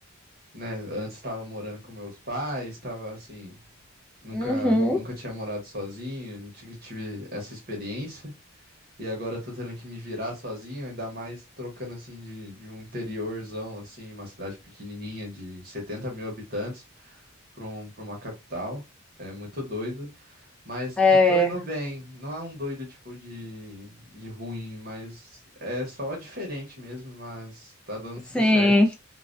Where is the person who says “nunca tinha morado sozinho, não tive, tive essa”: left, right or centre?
Right